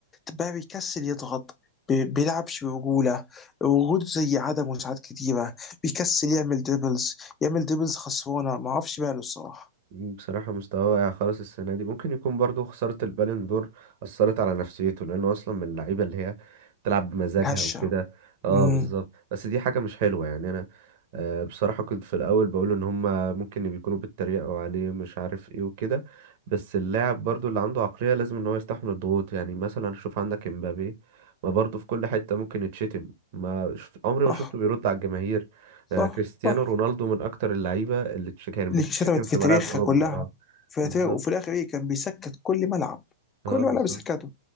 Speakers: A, on the left; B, on the right.
A: بقى بيكسل يضغط ب- بيلعبش برجولة وجوده زي عدمه ساعات كتيرة بيكسل يعمل دريبلز يعمل دريبلز خسرانة ما اعرفش ماله الصراحة
B: بصراحة مستواه واقع خالص السنة دي ممكن يكون برضو خسارة البالون دور أثرت على نفسيته لأنه أصلا من اللعيبة اللي هي بتلعب بمزاجها
A: الهشة
B: وكده اه
A: امم
B: بالظبط بس دي حاجة مش حلوة يعني أنا آه، بصراحة كنت في الأول بقول إن هما ممكن بيكونوا بيتريقوا عليه مش عارف ايه وكده بس اللاعب برضو اللي عنده عقلية لازم إن هو يستحمل الضغوط يعني مثلا شوف عندك امبابي ما برضو في كل حتة ممكن يتشتم ما شف- عمري ما
A: صح
B: شفته بيرد على الجماهير
A: صح
B: آه، كريستيانو
A: صح
B: رونالدو من اكتر اللعيبه اللي تش- كانت
A: اللي
B: بتتشتم
A: شتمت
B: في
A: في تاريخها
B: ملاعب اوروبا
A: كلها
B: اه
A: في
B: بالظبط
A: تاريخ وفي الآخر إيه كان بيسكت كل ملعب كل
B: اه
A: ملعب
B: بالظبط
A: بيسكته